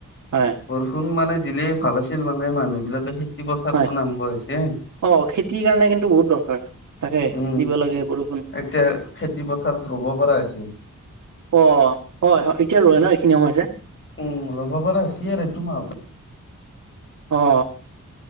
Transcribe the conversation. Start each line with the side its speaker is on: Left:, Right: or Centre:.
Right: হয়।
Left: বৰষুণ মানে দিলেই ভাল আছিল মানে মানুহ বিলাকে খেতি পথাৰতো
Right: হয়
Left: নামিব হৈছে।
Right: অ খেতিৰ কাৰণে কিন্তু বহুত দৰকাৰ, তাকে
Left: উম
Right: দিব লাগে বৰষুণ।
Left: এতিয়া খেতি পথাৰত ৰুব পৰা হৈছে।
Right: অ হয় হয় এতিয়া ৰুৱে ন এইখিনি সময়তে।
Left: উম ৰুব পাৰা হৈছে আৰু এইটো মাহতে
Right: অ